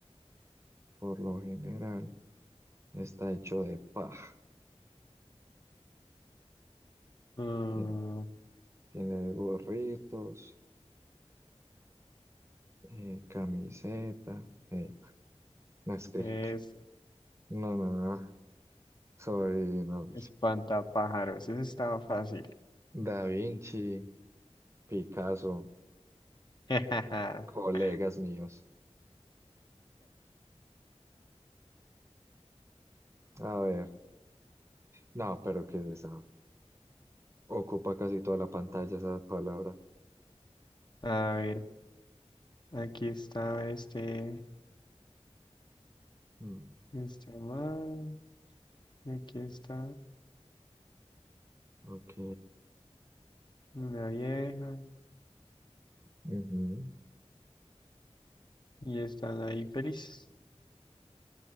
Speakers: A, on the right; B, on the left.
A: por lo general está hecho de paja.
B: mm,
A: Tiene, tiene gorritos, eh, camiseta. eh, no, es que.
B: es
A: No, no, no. Soy. No,
B: espantapájaros. Ese estaba fácil.
A: Da Vinci, Picasso,
B: <laughs>
A: colegas míos. A ver, no, pero ¿qué es esa? Ocupa casi toda la pantalla esa palabra.
B: A ver, aquí está este,
A: Mm,
B: este man, y aquí está
A: ok.
B: una vieja,
A: ujú.
B: y están ahí felices.